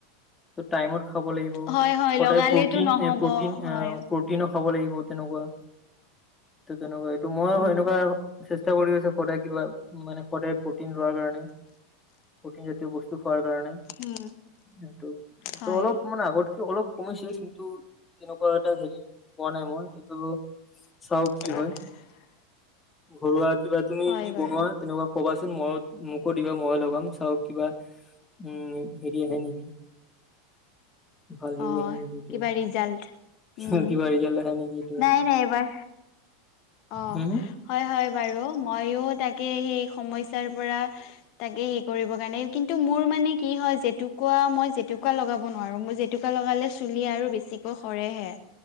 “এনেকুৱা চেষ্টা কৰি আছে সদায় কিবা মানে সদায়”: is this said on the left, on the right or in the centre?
Left